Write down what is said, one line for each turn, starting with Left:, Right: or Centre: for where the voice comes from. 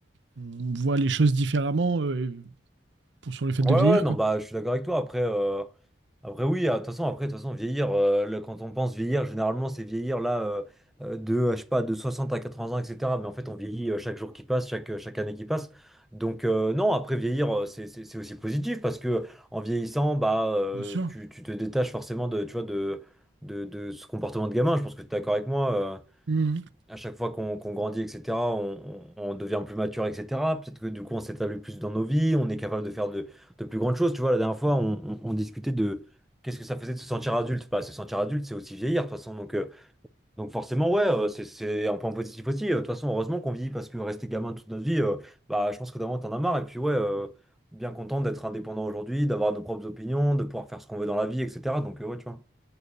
Right: on voit les choses différemment euh, pour, sur le fait
Centre: Ouais,
Right: de vieillir,
Centre: ouais, non,
Right: quoi.
Centre: bah, je suis d'accord avec toi. Après, euh, après oui, ah, de toute façon, après, de toute façon, vieillir, euh, là, quand on pense vieillir, généralement, c'est vieillir là euh, euh, de, euh, je sais pas, de 60 à 80 ans, etc. Mais en fait, on vieillit euh, chaque jour qui passe, chaque, euh, chaque année qui passe. Donc, euh, non, après, vieillir, euh, c'est c'est- c'est aussi positif parce que en vieillissant, bah, euh,
Right: Bien sûr.
Centre: tu, tu te détaches forcément de, tu vois, de, de, de ce comportement de gamin. Je pense que tu es d'accord avec moi. euh
Right: Mhm.
Centre: à chaque fois qu'on qu'on grandit, etc., on, on- on devient plus mature, etc. Peut-être que du coup, on s'établit plus dans nos vies, on est capable de faire de, de plus grandes choses. Tu vois, la dernière fois, on, on- on discutait de qu'est-ce que ça faisait de se sentir adulte. Pas se sentir adulte, c'est aussi vieillir, de toute façon. Donc, euh, donc forcément, ouais, euh, c'est c'est un point positif aussi. Euh, De toute façon, heureusement qu'on vieillit parce que rester gamin toute notre vie, euh, bah, je pense que d'avant, t'en as marre. Et puis, ouais, euh, bien content d'être indépendant aujourd'hui, d'avoir nos propres opinions, de pouvoir faire ce qu'on veut dans la vie, etc. Donc, euh, ouais, tu vois.